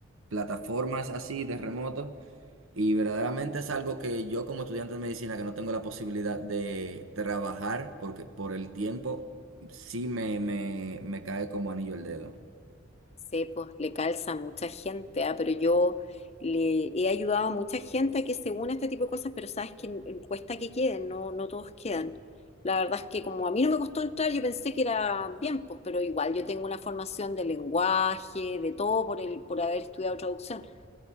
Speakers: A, on the right; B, on the left.
A: plataformas así de remoto. Y verdaderamente es algo que yo como estudiante de medicina que no tengo la posibilidad de trabajar porque por el tiempo sí me, me, me cae como anillo el dedo.
B: Sí, pues le calza a mucha gente, ah, Pero yo le he ayudado a mucha gente a que se una a este tipo de cosas, pero sabes que en- en- cuesta que queden, no, no todos quedan. La verdad es que como a mí no me costó entrar, yo pensé que era bien, pues, pero igual yo tengo una formación de lenguaje, de todo por el, por haber estudiado traducción,